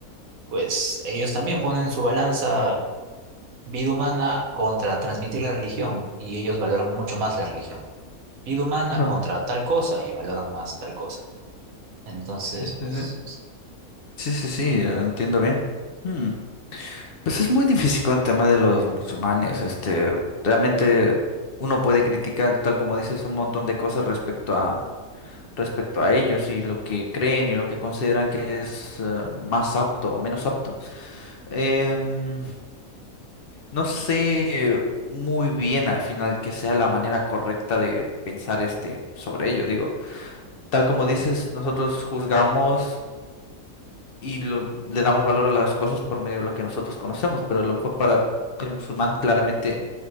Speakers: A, on the right (about 75°); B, on the left (about 60°).
A: pues ellos también ponen su balanza vida humana contra transmitir la religión y ellos valoran mucho más la religión. Vida humana
B: no.
A: contra tal cosa y valoran más tal cosa. Entonces,
B: Sí,
A: pues,
B: sí, sí. Sí, sí, sí, eh, entiendo bien. Hmm. Pues es muy difícil con el tema de los musulmanes. Este, realmente uno puede criticar, tal como dices, un montón de cosas respecto a respecto a ellos y lo que creen y lo que consideran que es eh, más apto o menos apto. Em, No sé muy bien al final que sea la manera correcta de pensar este sobre ello, digo. Tal como dices, nosotros juzgamos y lo- le damos valor a las cosas por medio de lo que nosotros conocemos, pero a lo mejor para el musulmán claramente